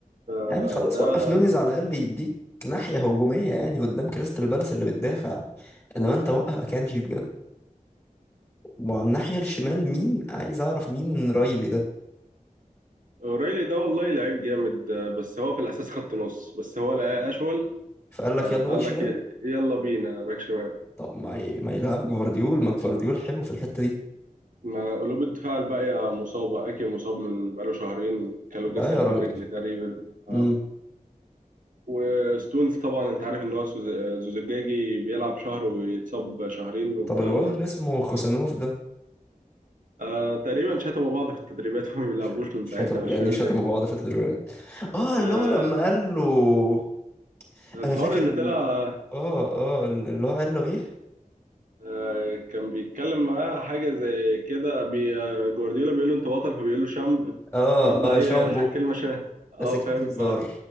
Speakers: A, on the right; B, on the left.
A: فده
B: يعني خلاص وقف نونيز على الاقل يديك ناحية هجومية يعني قدام كريستال بالاس اللي بتدافع انما انت وقف اكانجي بجد وعلى الناحية الشمال مين عايز أعرف مين رايلي ده
A: اوريلي ده والله لعيب جامد آه، بس هو في الأساس خط نص بس هو لقاه أشول
B: فقال
A: آه،
B: لك يلا
A: فقال
B: باك شمال
A: لك يلا بينا باك شمال
B: طب ما ي... ما يلعب جفارديول ما جفارديول حلو في الحتة دي
A: ما قلوب الدفاع الباقية مصابة أكي مصاب من بقاله شهرين كالو
B: لا
A: جسر
B: يا
A: في
B: راجل
A: الرجل تقريبا اه
B: امم
A: وستونز طبعا أنت عارف إن هو سوز- زوزجاجي بيلعب شهر ويتصاب شهرين والكلام
B: طب الواد
A: ده
B: اللي اسمه خوسانوف ده
A: آه تقريبا شتموا بعض في التدريبات <laughs> فما بيلعبوش
B: ش...
A: من
B: شتم
A: ساعتها
B: يعني
A: مش فاهم
B: إيه شتموا
A: ليه
B: بعض في التدريبات اه اللي
A: آه
B: هو لما قال له
A: الحوار
B: انا فاكر
A: اللي
B: ال...
A: طلع
B: اه اه ال- اللي هو قال له ايه
A: آه كان بيتكلم معاه حاجة زي كده بي آه جوارديولا بيقول له أنت بطل فبيقول له شامب
B: اه
A: فرد
B: اه
A: عليه
B: شامبو
A: ح- كلمة شاه اه
B: بس اكيد
A: فاهم
B: دي هزار